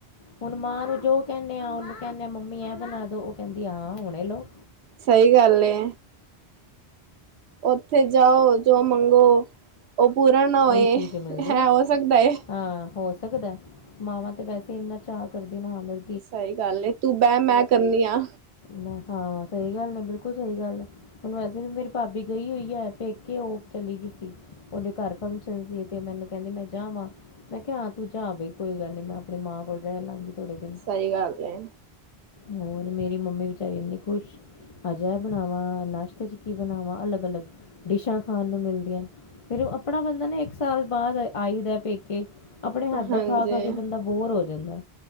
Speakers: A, on the left; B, on the right.
A: ਹੁਣ ਮਾਂ ਨੂੰ ਜੋ ਕਹਿੰਦੇ ਆ, ਉਹਨੂੰ ਕਹਿੰਦੇ ਆ ਮੰਮੀ ਐਂ ਬਣਾ ਦਿਉ, ਉਹ ਕਹਿੰਦੀ, ਹਾਂ ਹੁਣੇ ਲਓ।
B: ਸਹੀ ਗੱਲ ਏ। ਉੱਥੇ ਜਾਓ, ਜੋ ਮੰਗੋ, ਉਹ ਪੂਰਾ ਨਾ ਹੋਏ,
A: ਉਹੀ ਚੀਜ਼ ਮਿਲਦੀ
B: ਹੈ ਹੋ ਸਕਦਾ ਹੈ।
A: ਹਾਂ, ਹੋ ਸਕਦਾ ਮਾਵਾਂ ਤੇ ਵੈਸੇ ਇੰਨਾ ਚਾਅ ਕਰਦੀਆਂ ਨਾਲੇ?
B: ਸਹੀ ਗੱਲ, ਤੂੰ ਬੈਂ ਮੈਂ ਕਰਨੀ ਆ
A: ਮੈਂ ਹਾਂ ਸਹੀ ਗੱਲ, ਨੇ ਬਿਲਕੁਲ ਸਹੀ ਗੱਲ ਹੁਣ ਵੈਸੇ ਵੀ ਮੇਰੀ ਭਾਬੀ ਗਈ ਹੋਈ ਹੈ ਪੇਕੇ, ਉਹ ਚਲੀ ਗਈ ਸੀ, ਉਹਦੇ ਘਰ ਫੰਕਸ਼ਨ ਸੀ, ਤੇ ਮੈਨੂੰ ਕਹਿੰਦੀ, ਮੈਂ ਜਾਵਾਂ। ਮੈਂ ਕਿਹਾ ਹਾਂ ਤੂੰ ਜਾ, ਬਈ ਕੋਈ ਗੱਲ ਨੀ, ਮੈਂ ਆਪਣੀ ਮਾਂ ਕੋਲ ਰਹਿ ਲਵਾਂਗੀ। ਥੋੜੇ ਦਿਨ,
B: ਸਹੀ ਗੱਲ ਏ
A: ਹੋਰ ਮੇਰੀ ਮੰਮੀ ਵਿਚਾਰੀ ਇੰਨੀ ਖੁਸ਼, ਆਜਾ ਬਣਾਵਾਂ, ਨਾਸ਼ਤੇ 'ਚ ਕੀ ਬਣਾਵਾਂ, ਅਲੱਗ -ਅਲੱਗ, ਡਿਸ਼ਾਂ ਖਾਣ ਨੂੰ ਮਿਲਦੀਆਂ, ਫਿਰ ਆਪਣਾ ਬੰਦਾ ਨਾ ਇੱਕ ਸਾਲ ਬਾਅਦ ਆਈ ਦਾ ਪੇਕੇ, ਆਪਣੇ ਹੱਥ
B: ਹਾਂਜੀ
A: ਦਾ ਖਾ -ਖਾ ਕੇ ਬੰਦਾ ਬੋਰ ਹੋ ਜਾਂਦਾ